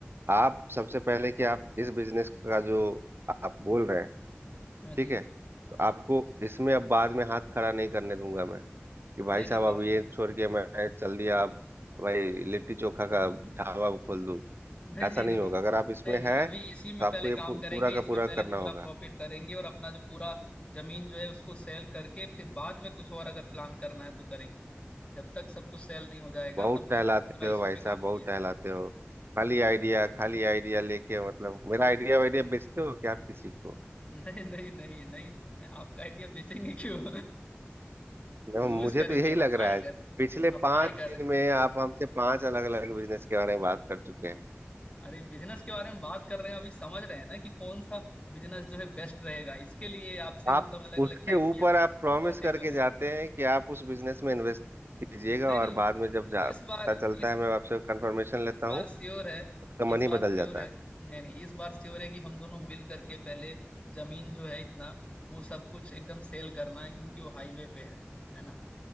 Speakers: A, on the right; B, on the left.
A: आप सबसे पहले कि आप इस बिजनेस का जो आप बोल रहे हैं
B: हाँ जी
A: ठीक है
B: हाँ
A: तो आपको इसमें अब बाद में हाथ खड़ा नहीं करने दूंगा मैं कि भाई
B: नहीं
A: साहब
B: नहीं
A: अब ये छोड़ के मैं चल दिया अब भाई लिट्टी चोखा का ढाबा खोल दूं
B: नहीं
A: ऐसा
B: नहीं
A: नहीं
B: नहीं
A: होगा
B: नहीं
A: अगर आप इसमें
B: नहीं नहीं
A: है
B: अभी
A: तो
B: इसी में
A: आपको
B: पहले
A: ये
B: काम
A: पू-
B: करेंगे
A: पूरा का
B: इसमें
A: पूरा
B: पहले
A: करना
B: पूरा
A: होगा
B: प्रॉफिट करेंगे और अपना जो पूरा जमीन जो है उसको सेल करके फिर बाद में कुछ और अगर प्लान करना है तो करेंगे जब तक सब कुछ सेल नहीं हो जाएगा
A: बहुत
B: तब
A: टहलाते
B: तक पूरा
A: हो
B: इसी
A: भाई
B: पे
A: साहब
B: काम
A: बहुत
B: किए
A: टहलाते हो खाली आइडिया खाली आइडिया लेके मतलब मेरा आइडिया वाइडिया बेचते हो क्या आप किसी को
B: नहीं नहीं नहीं नहीं आपका आइडिया बेचेंगे क्यों <laughs>
A: no,
B: यूज
A: मुझे
B: करेंगे
A: तो यही
B: अप्लाई
A: लग रहा है
B: कर रहे हैं
A: पिछले
B: अप्लाई
A: पांच
B: कर
A: दिन
B: रहे हैं
A: में आप हमसे पांच अलग अलग बिजनेस के बारे में बात कर चुके हैं
B: अरे बिजनेस के बारे में बात कर रहे हैं अभी समझ रहे हैं ना कि कौन सा बिजनेस जो है बेस्ट रहेगा इसके लिए आपसे
A: आप
B: मतलब अलग अलग
A: उसके
B: टाइप
A: ऊपर
B: की
A: आप प्रॉमिस
B: बातें
A: करके
B: जो है
A: जाते हैं कि आप उस बिजनेस में इन्वेस्ट कीजिएगा
B: नहीं
A: और
B: नहीं
A: बाद में जब जा
B: इस
A: पता
B: बार
A: चलता
B: इस
A: है मैं आपसे कंफर्मेशन लेता
B: इस बार
A: हूँ
B: श्योर है
A: आपका मन
B: इस
A: ही
B: बार
A: बदल
B: श्योर
A: जाता
B: है
A: है
B: नहीं नहीं इस बार श्योर है कि हम दोनों मिल करके पहले जमीन जो है इतना वो सब कुछ एकदम सेल करना है क्योंकि वो हाईवे पे है है ना